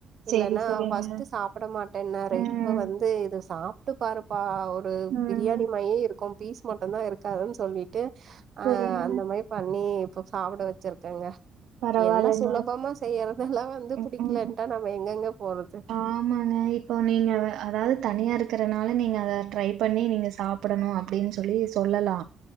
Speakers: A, on the right; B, on the right.
A: சரி
B: இல்லன்னா
A: சரிங்க
B: ஃபஸ்ட்டு சாப்ட மாட்டன்னாரு
A: ம்
B: இப்ப வந்து இது சாப்ட்டு பாரு பா ஒரு
A: ம்
B: பிரியாணி மாயே இருக்கும் பீஸ் மட்டுந்தா இருக்காதுன் சொல்லிட்டு
A: சரிங்க
B: ஆ அந்த மாரி பண்ணி இப்ப சாப்புட வெச்சிருக்கங்க
A: பரவாயில்லைங்க
B: எல்லா சுலபமா செய்யற த வந்து
A: ம்
B: புடிக்கலன்ட்டா
A: ம்
B: நம்ம எங்கெங்க போறது
A: ஆமாங்க இப்போ நீங்க அத அதாவது தனியா இருக்கறனால நீங்க அத ட்ரை பண்ணி நீங்க‌சாப் படணு அப்டின் சொல்லி சொல்லலா